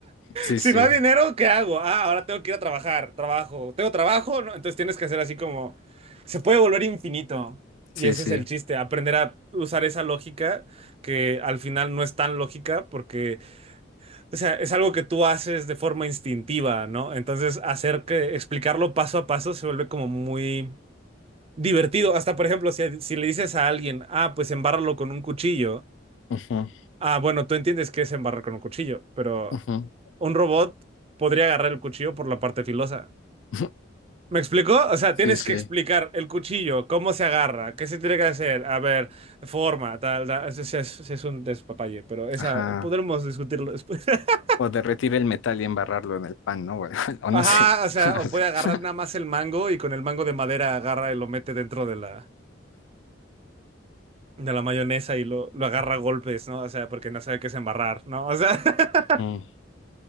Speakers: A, on the left (about 85°); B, on the right (about 30°).
A: Sí,
B: Si
A: sí,
B: no hay dinero, ¿qué hago? Ah, ahora tengo que ir a trabajar, trabajo. ¿Tengo trabajo? No, entonces tienes que hacer así como, se puede volver infinito.
A: sí,
B: Y ese
A: sí,
B: es el chiste, aprender a usar esa lógica que al final no es tan lógica porque o sea, es algo que tú haces de forma instintiva, ¿no? Entonces, hacer que explicarlo paso a paso se vuelve como muy divertido. Hasta, por ejemplo, si, si le dices a alguien, ah, pues embárralo con un cuchillo.
A: Ujú,
B: Ah, bueno, tú entiendes qué es embarrar con un cuchillo, pero
A: ujú.
B: un robot podría agarrar el cuchillo por la parte filosa.
A: <laughs>
B: ¿Me explicó? O sea,
A: sí,
B: tienes
A: sí.
B: que explicar el cuchillo, cómo se agarra, qué se tiene que hacer, a ver, forma, tal, tal. Es, es, sí es un despapalle, pero esa
A: Ajá.
B: podremos discutirlo después. <laughs>
A: O derretir el metal y embarrarlo en el pan, ¿no? <laughs> o no
B: Ajá,
A: sé.
B: o sea,
A: <laughs>
B: o puede agarrar nada más el mango y con el mango de madera agarra y lo mete dentro de la, de la mayonesa y lo, lo agarra a golpes, ¿no? O sea, porque no sabe qué es embarrar, ¿no? O sea, <laughs>
A: Mm,